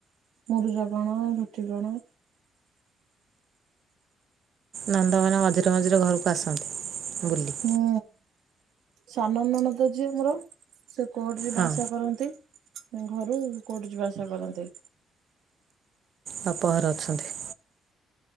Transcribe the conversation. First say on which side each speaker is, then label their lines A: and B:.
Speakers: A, on the right; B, on the right.
A: ମୁରିଜ କଣ ଝୁଟି କଣ?
B: ନନ୍ଦ ମାନେ ମଝିରେ ମଝିରେ ଘରକୁ ଆସନ୍ତି। ଗୁ୍ଲଲି
A: ହୁଁ ସାନ ନ ନତା ଯ ମମର। ସେ କୋର୍ଟ ଯିବା
B: ହଁ
A: ଆସିବା କରନ୍ତି। ଘରୁ କୋଉଠି ଯିବା ଆସା କରନ୍ତି?
B: ବାପ ଘରେ ଅଛନ୍ତି।